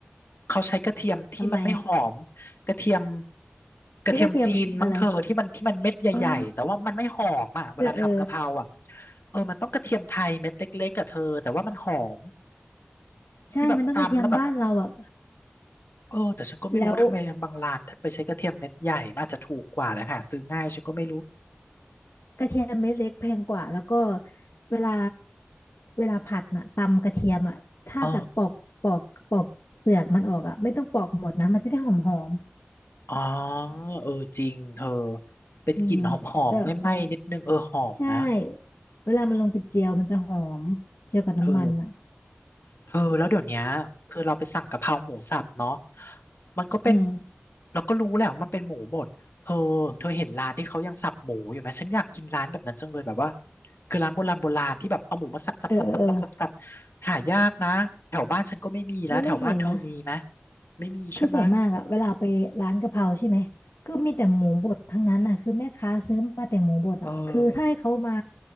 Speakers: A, on the left; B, on the left.
A: เขาใช้กระเทียมที่มันไม่หอม
B: ทำไม
A: กระเทียมกระเทียมจีนมั้งเธอที่มันที่มันเม็ดใหญ่ๆแต่ว่ามันไม่หอมอ่ะเวลาทำกะเพราอ่ะ
B: ใช้กระเทียมอะไรอ๋อเออเออ
A: เออมันต้องกระเทียมไทยเม็ดเล็กๆกับเธอแต่ว่ามันหอม
B: ใช่มันต้องกระเทียมบ้านเราอ่ะ
A: ที่แบบตำแล้วแบบเออแต่ฉันก็ไม่รู้ว่าทำไมบางร้านไปใช้กระเทียมเม็ดใหญ่มันอาจจะถูกกว่านะหาซื้อง่ายฉันก็ไม่รู้
B: แล้วกระเทียมเม็ดเล็กแพงกว่าแล้วก็เวลาเวลาผัดน่ะตำกระเทียมอ่ะถ้าแบบปอกปอกปอกเปลือกมันออกอ่ะไม่ต้องปอกหมดนะมันจะได้หอมหอม
A: เอออ๋อเออจริงเธอเป็นกลิ่นหอมๆไม่ไหม้นิดนึงเออหอมนะ
B: อืมแล้วใช่เวลามันลงไปเจียวมันจะหอมเจียวกับน้ำมันอ่ะ
A: เออเธอแล้วเดี๋ยวเนี้ยคือเราไปสั่งกะเพราหมูสับเนาะมันก็เป็น
B: อืม
A: เราก็รู้แหละว่ามันเป็นหมูบดเธอเธอเห็นร้านที่เขายังสับหมูอยู่ไหมฉันอยากกินร้านแบบนั้นจังเลยแบบว่าคือร้านโบราณโบราณที่แบบเอาหมูมาสับสับสับสับสับสับสับ
B: เออเออเออ
A: หายากนะแถวบ้านฉันก็ไม่มีแล้วแถวบ้านเธอมีไหม
B: ฉันไม่เห็นนะ
A: ไม่มีใช่ไหม
B: คือส่วนมากอะเวลาไปร้านกะเพราใช่ไหมก็มีแต่หมูบดทั้งนั้นอะคือแม่ค้าซื้อมาแต่หมูบดอะคือถ้าให้เขามา
A: เออ